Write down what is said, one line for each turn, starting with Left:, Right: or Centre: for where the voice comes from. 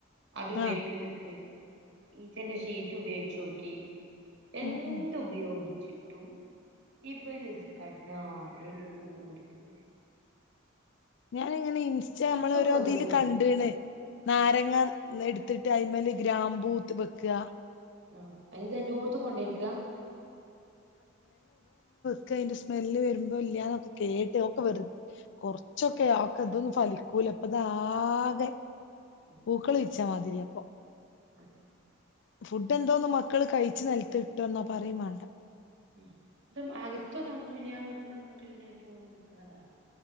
Right: അത് ഉപയോഗിക്കുന്നത്
Left: ആഹ്
Right: ഈച്ചന്റെ ഷീറ്റ് ഉപയോഗിച്ചോക്കി എന്ത്
Left: ഉം ഉം
Right: ഉപയോഗിച്ചിട്ടും ഇവല ഇത് കടന്നാ ഡലൂട് തോല
Left: ഞാനിങ്ങനെ ഇൻസ്റ്റ നമ്മളെ
Right: ഇപ്പം
Left: ഓരോതില്
Right: കൊതുകുണ്ട്
Left: കണ്ട്ണ് നാരങ്ങ
Right: ആഹ്
Left: <unintelligible> ത്തിട്ട് അയ്മല് ഗ്രാംമ്പൂത്ത് വെക്കുക
Right: ആ അയ്നിത് എല്ലോട്ത്തും കൊണ്ടേയ്ക്ക
Left: അന്റെ സ്മെല്ല് വരുമ്പോ ഇല്ലൊക്കെ കേട്ട്ക്കെ വ കൊറച്ചൊക്കെ ആതൊന്നും ഫലിക്കൂ അപ്പതാആകെ
Right: ഉം
Left: പൂക്കൾ
Right: ഉം
Left: വിര്ച്ച മാതിരിയാപ്പോ
Right: അതന്നെ
Left: ഫുഡ് പിട്ടന്തോന്നന്ന് മക്കൾ കഴി നിലത്ത് ഇട്ട എന്നോ പറയും വേണ്ട
Right: ഉം ഇത് അകത്തൊന്നും ഒന്നുംല്ല ഞാന് എപ്പളുംങ്ങനെ ക്ലീൻ ആക്കിയോണ്ട് നിക്ക്ണതാണ്